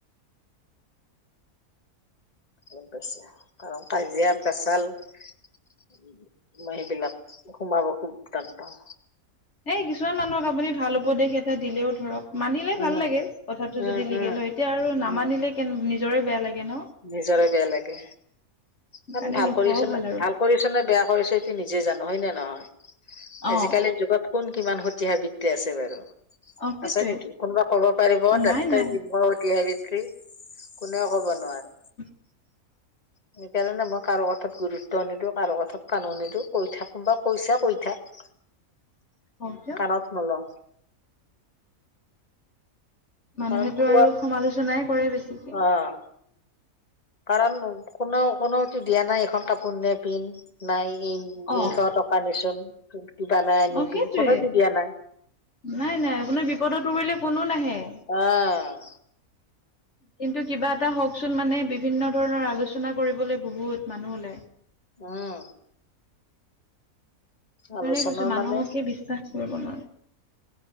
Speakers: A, on the left; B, on the left.
A: গম পাইছা কাৰণ কাজিয়া পেচাল মই সেইবিলাক সোমাব খুব টান পাওঁ
B: এই কিছুমান মানুহক আপুনি ভাল উপদেশ এটা দিলেও ধৰক মানিলে
A: উম
B: ভাল লাগে কথাটো
A: উম
B: যদি লিগেল
A: উম
B: হয় এতিয়া আৰু
A: উম
B: নামানিলে কে নিজৰে বেয়া লাগে ন
A: নিজৰে বেয়া লাগে
B: সেইকাৰণে
A: কাৰণ ভাল
B: নোকোৱাও
A: কৰিছো ন
B: আৰু
A: ভাল কৰিছনে বেয়া কৰিছনে সেইটো নিজে জানো হয় নে নহয়
B: অ',
A: আজিকালি যুগত কোন কিমান সতি সাবিত্ৰী আছে বাৰু
B: অ', সেইটোৱে
A: আছে নেকি কোনোবা ক'ব পাৰিব তাতকে
B: নাই নাই
A: কোনেও কব নোৱাৰে
B: <inaudible>
A: সেইকাৰণে মই কাৰো কথাত গুৰুত্ব নিদিওঁ কাৰো কথাত কানো নিদিওঁ কৈ থাক কোন বা কৈছা কৈ থাক
B: <inaudible> দিয়ক
A: কাণত নল‌ও
B: মানুহেটো
A: কাৰণ খোৱা
B: আৰু সমালোচনাই কৰে বেছিকে
A: অ কাৰণ কোনেও কোনওতো দিয়া নাই এইখন কাপোৰ নি পিন্ধ নাই ই
B: অ',
A: এইশ টকা নিচোন কিবা নাই আনিবি
B: অ', সেইটোৱে
A: কোনেওতো দিয়া নাই
B: নাই নাই আপোনাৰ বিপদত পৰিলে কোনো নাহে
A: অ
B: কিন্তু কিবা এটা হওকচোন মানে বিভিন্ন ধৰণৰ আলোচনা কৰিবলৈ বহুত মানুহ ওলাই
A: উম
B: সেইকাৰণে
A: আলোচনা
B: কৈছো মানুহকে
A: মানে
B: বিশ্বাস কৰিব নোৱাৰে